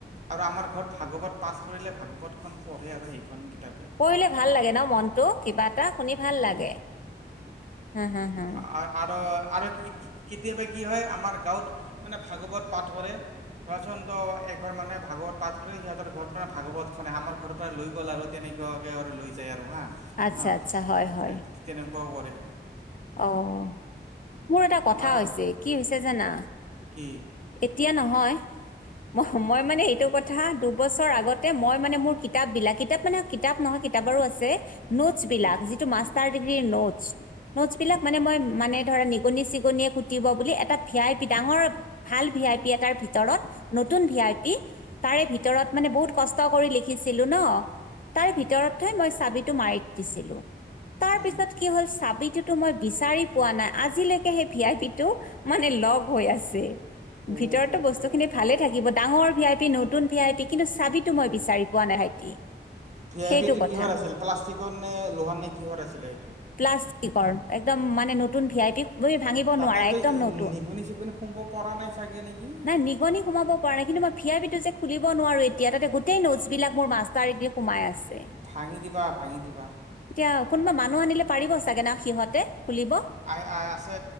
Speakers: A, on the right (about 40°); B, on the left (about 50°).
A: আৰু আমাৰ ঘৰত ভাগৱত পাঠ কৰিলে ভাগৱতখন পঢ়ে আৰু সেইখন কিতাপে।
B: পঢ়িলে ভাল লাগে ন' মনটো কিবা এটা শুনি ভাল লাগে। হা হা হা
A: আ আ আৰু আৰু কি কি- কেতিয়াবা কি হয়? আমাৰ গাঁৱত মানে ভাগৱত পাঠ কৰে। ধৰাচন্দ্ৰ এক- এঘৰ মানুহে ভাগৱত পাঠ কৰি সিহঁতৰ ঘৰত মানে ভাগৱত খনে আমাৰ ঘৰ পৰা লৈ গ'ল আৰু তেনেকুৱাকে আৰু লৈ যায় আৰু হাঁ।
B: আচ্ছা
A: হাঁ
B: আচ্ছা হয় হয়
A: তেনেকুৱাও কৰে।
B: অ' মোৰ এটা কথা
A: আমাৰ
B: হৈছে, কি হৈছে জানা?
A: কি
B: এতিয়া নহয়, মহ মই মানে এইটো কথা দুবছৰ আগতে মই মানে মোৰ কি- কিতাপ বিলাক, কিতাপ মানে কিতাপ নহয় কিতাপ আৰু আছে, নোটছ বিলাক
A: উম
B: যিটো মাষ্টাৰ ডিগ্ৰ্ৰী নোটছ, - নোটছ বিলাক মানে মই মানে ধৰা নিগনি চিগনিয়ে কুটিব বুলি এটা ভি আই পি ডাঙৰ ভাল ভি আই পি এটাৰ ভিতৰত নতুন ভি আই পি তাৰে ভিতৰত মানে বহুত কষ্ট কৰি লিখিছিলোঁ ন' তাৰ
A: উম
B: ভিতৰত ভিতৰত থৈ মই চাবি টো মাৰি দিছিলোঁ তাৰ
A: উম
B: পিছত কি হল চাবিটো তো মই বিচাৰি পোৱা নাই আজিলৈকে সেই ভি আই পি টো মানে লক হৈ আছে।
A: অ
B: ভিতৰতো
A: হ
B: বস্তুখিনি
A: হ
B: ভালে থাকিব ডাঙৰ ভি আই পি নতুন ভি আই পি কিন্তু চাবিতো মই বিচাৰি পোৱা নাই
A: ভি
B: সেইটো
A: আই পি টো
B: কথা
A: কিহৰ আছিল প্লাষ্টিকত নে লোহাৰ নে কিহৰ আছিলে
B: প্লাষ্টিকৰ একদম মানে নতুন ভি আই পি তুমি ভাঙিব
A: তাতেতো
B: নোৱাৰা একদম নতুন
A: নিগনি চিগনি সোমাব পৰা নাই চাগে নেকি
B: নাই নিগনি সোমাব পৰা নাই কিন্তু মই ভি আই পি খুলিব নোৱাৰো এতিয়া তাতে গোটেই নোটছ বিলাক মোৰ মাষ্টাৰ ডিগ্ৰী সোমাই আছে
A: ভাঙি দিবা ভাঙি দিবা
B: এতিয়া কোনোবা মানুহ আনিলে পাৰিব চাগে ন সিহঁতে খুলিব
A: আ আছে